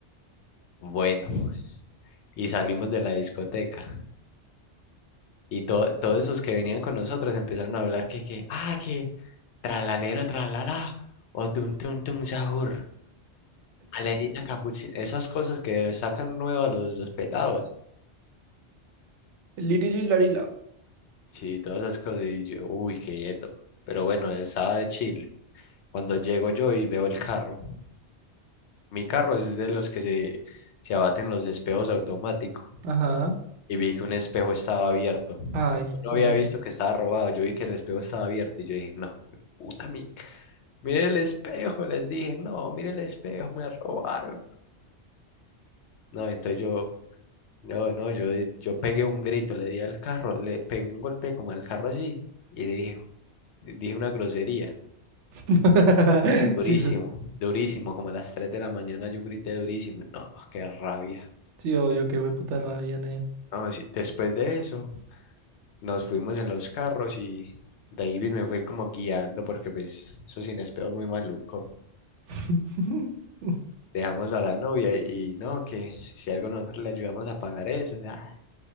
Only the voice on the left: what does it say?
Bueno, <laughs> y salimos de la discoteca y to- todos esos que venían con nosotros empezaron a hablar que, que, ah, que, tralalero, tralala, o tun tun tun sahur. Valerina capuchina, esas cosas que sacan nuevo a los, los pelados.
Sí, todas esas cosas. Y yo, uy, quieto. Pero bueno, estaba de Chile. Cuando llego yo y veo el carro. Mi carro es de los que se, se abaten los espejos automáticos.
Y vi que un espejo estaba abierto.
Yo no
había visto que estaba robado. Yo vi que el espejo estaba abierto. Y yo dije, no, puta mi. Mire el espejo, les dije, no, mire el espejo, me robaron. No, entonces yo No, no, yo, yo pegué un grito, le di al carro, le pegué un golpe como al carro así y le dije, dije una grosería.
Durísimo,
durísimo, como a las 3 de la mañana yo grité durísimo. No, qué rabia.
No, sí, después de eso nos fuimos en los carros y David me fue como guiando porque pues eso sin espejo es muy maluco.
Dejamos a la novia y no, que si algo nosotros le ayudamos a pagar eso, ah,